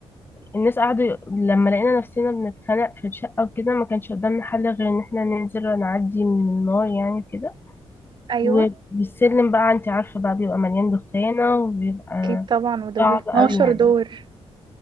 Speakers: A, on the left; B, on the right.
A: الناس قعدوا ي- لما لقينا نفسنا بنتخانق في الشقة وكده ما كانش قدامنا حل غير ان احنا ننزل ونعدي من النار يعني كده
B: ايوه
A: والسلم بقى انت عارفة بقى بيبقى مليان دخانة وبيبقى
B: اكيد طبعا ودول
A: صعب
B: 12
A: قوي يعني
B: دور